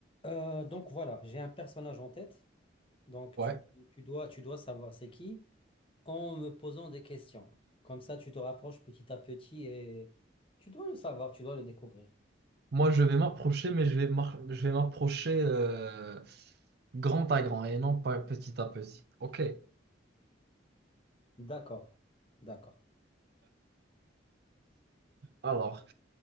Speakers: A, on the left; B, on the right.
A: Euh, donc voilà, j'ai un personnage en tête. Donc
B: Ouais.
A: tu, tu dois, tu dois savoir c'est qui en me posant des questions. Comme ça, tu te rapproches petit à petit et tu dois le savoir, tu dois le découvrir.
B: Moi, je vais m'approcher, mais je vais m'ar- je vais m'approcher euh, grand à grand et non pas petit à petit. Ok.
A: D'accord, d'accord.
B: Alors,